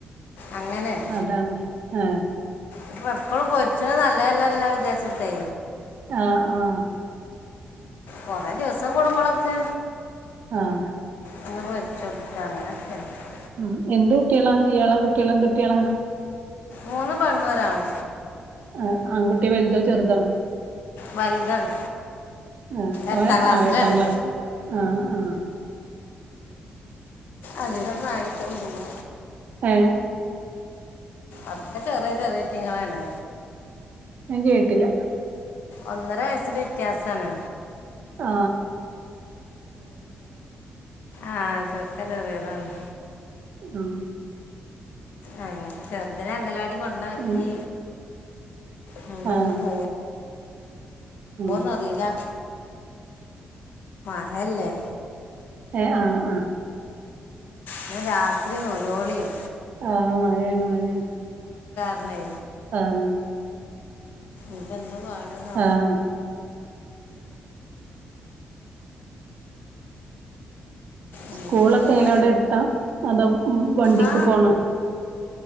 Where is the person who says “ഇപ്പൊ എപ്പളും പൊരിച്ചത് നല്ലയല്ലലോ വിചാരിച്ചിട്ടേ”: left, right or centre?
Left